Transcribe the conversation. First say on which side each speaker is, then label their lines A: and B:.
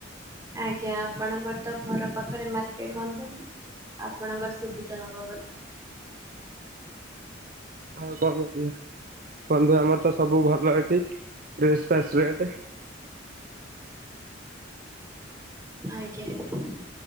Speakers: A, on the right; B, on the right.
A: ଆଜ୍ଞା। ଆପଣଙ୍କର ତ ଘର ପାଖରେ ମାର୍କେଟ ବନ୍ଧୁ। ଆପଣଙ୍କର ସୁବିଧା ହବ ଭଲ‌।
B: ଆଉ କଣ <unintelligible> ବନ୍ଧୁ ଆମର ତୋର ସବୁ ଭଲ ହେଠି ଡ୍ରେସ ଫେସ ରେଟ୍।
A: ଆଜ୍ଞା ଆଜ୍ଞା।